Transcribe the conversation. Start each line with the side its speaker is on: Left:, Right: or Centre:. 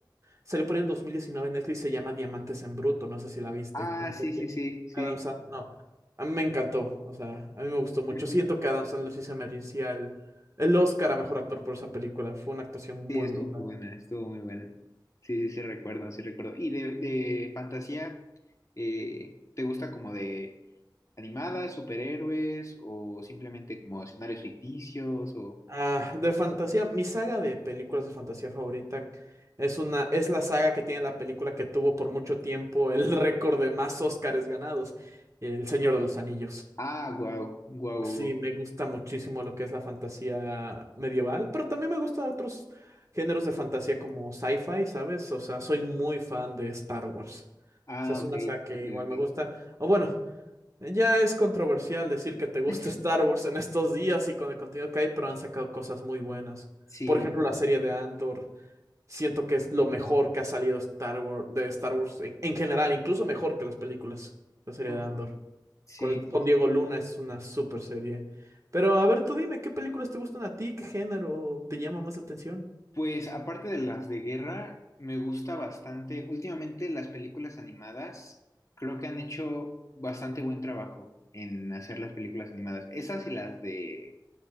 Right: salió por ahí el 2019 en Netflix, se llama Diamantes en Bruto, no sé si la viste,
Left: Ah,
Right: aunque
Left: sí,
Right: tiene
Left: sí, sí, sí.
Right: Adam Sandler, no, a mí me encantó, o sea, a mí me gustó
Left: <laughs>
Right: mucho, siento que Adam Sandler sí se merecía el, el Oscar a mejor actor por esa película, fue una actuación muy
Left: Sí, estuvo
Right: brutal.
Left: muy buena, estuvo muy buena. Sí, sí, sí, recuerdo, sí recuerdo. Y de, de fantasía, eh, ¿te gusta como de animadas, superhéroes o simplemente como escenarios ficticios o...
Right: Ah, de fantasía, mi saga de películas de fantasía favorita es una, es la saga que tiene la película que tuvo por mucho tiempo el <laughs> récord de más Óscares ganados, El Señor de los Anillos.
Left: Ah, wow, wow,
Right: Sí,
Left: wow.
Right: me gusta muchísimo lo que es la fantasía medieval, pero también me gustan otros géneros de fantasía como sci-fi, ¿sabes? O sea, soy muy fan de Star Wars.
Left: Ah,
Right: O sea, es
Left: ok,
Right: una saga que
Left: ok,
Right: igual
Left: ok.
Right: me gusta. O bueno, eh, Ya es controversial decir que te gusta
Left: <laughs>
Right: <laughs> Star Wars en estos días y con el contenido que hay, pero han sacado cosas muy buenas.
Left: Sí,
Right: Por ejemplo,
Left: sí,
Right: la serie
Left: sí.
Right: de Andor. Siento que es lo mejor que ha salido Star Wars, de Star Wars en, en general, incluso mejor que las películas. La serie
Left: Oh,
Right: de Andor.
Left: wow. Sí,
Right: Con, con
Left: sí,
Right: Diego Luna es una super serie. Pero a ver, tú dime, ¿qué películas te gustan a ti? ¿Qué género te llama más la atención?
Left: Pues aparte de las de guerra, me gusta bastante. Últimamente las películas animadas creo que han hecho bastante buen trabajo en hacer las películas animadas. Esas y las de